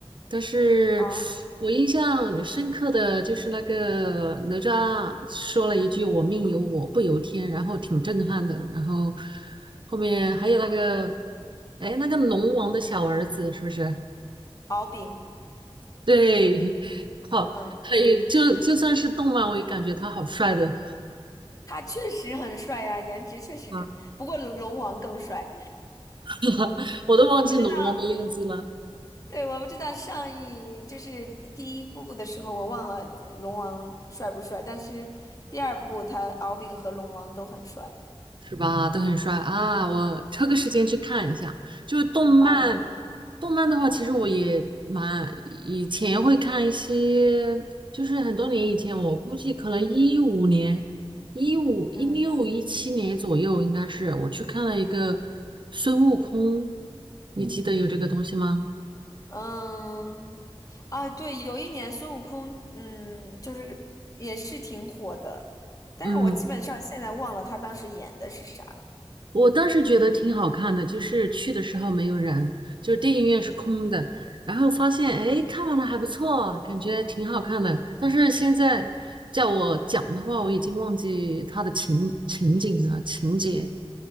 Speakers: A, on the right (about 50°); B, on the left (about 35°).
A: 但是
B: 啊，
A: 我印象很深刻的就是那个哪吒说了一句“我命由我不由天”，然后挺震撼的。然后后面还有那个，哎，那个龙王的小儿子是不是？
B: 敖丙。
A: 对，<laughs> 好，
B: 嗯，
A: 还有就就算是动漫，我也感觉他好帅的，
B: 他确实很帅呀、颜值确实可，
A: <laughs> 啊
B: 不过龙王更帅。
A: <laughs> 我都忘记龙王的样子了。
B: 我不知道，对，我不知道上一就是第一部的时候，我忘了呃龙王帅不帅，但是第二部他敖丙和龙王都很帅。
A: 是吧？都很帅啊！我抽个时间去看一下。就是动漫，
B: 嗯，对
A: 动漫的话，其实我也蛮以前会看一些，就是很多年以前，我估计可能一五年、一五、一六、
B: 嗯
A: 一七年左右，应该是我去看了一个孙悟空，你记得有这个东西吗？
B: 嗯，啊，对，有一年孙悟空，嗯，就是也是挺火的，但是我基本上现在忘了他当时演的是啥了。
A: 嗯，我当时觉得挺好看的，就是去的时候没有人，就是电影院是空的，然后发现哎，看完了还不错，感觉挺好看的。但是现在叫我讲的话，我已经忘记它的情情景了，情节。